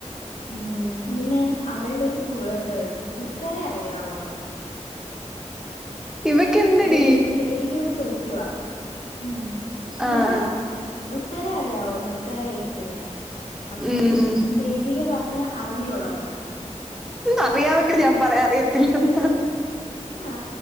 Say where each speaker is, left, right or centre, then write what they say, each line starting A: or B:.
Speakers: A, on the left; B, in the centre.
A: ഉ പിന്നെ അവളുടെ ഒരു ഇത് ഉത്തരേ അറിയാവോന്ന്
B: ഇവയ്ക്ക് എന്തടി
A: ദേവി ദേവികയോട് ചോയിക്കുവാ ഉം
B: ആഹ്
A: അതാ ഉത്തരേ അറിയാവോന്ന് ഉത്തര എസ് നെ അപ്പം
B: ഉം ഉം
A: ദേവിക പറഞ് അറിഞ്ഞുകൂടാന്ന്
B: അറിയാമെങ്കിൽ ഞാൻ പറയാം അറിയത്തില്ലെന്ന്
A: ആ